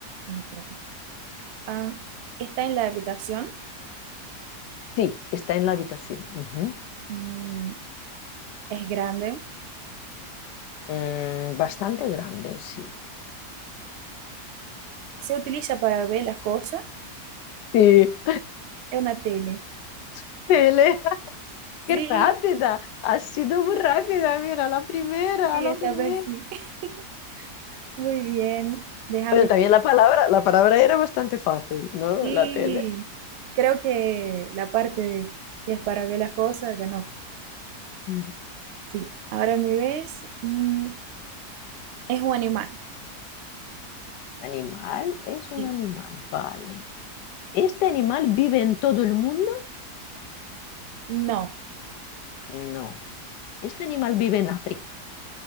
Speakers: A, on the right; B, on the left.
A: el tronco. Ah, está en la habitación,
B: Sí, está en la habitación. Ujú.
A: mm, es grande,
B: Mm, bastante grande, sí.
A: se utiliza para ver las cosas,
B: Sí.
A: es una tele.
B: <laughs> Elena,
A: Sí,
B: qué rápida. Ha sido muy rápida. Mira, la primera,
A: sí,
B: la
A: esta
B: primera.
A: vez sí. <laughs> Muy bien, déjame.
B: Bueno, también la palabra, la palabra era bastante fácil, ¿no?
A: Sí,
B: La tele.
A: creo que la parte de que es para ver las cosas ganó.
B: Mm.
A: Sí, ahora me ves. Mm, es un animal.
B: Animal es un
A: Sí.
B: animal, vale. ¿Este animal vive en todo el mundo?
A: No.
B: No. ¿Este animal vive en África?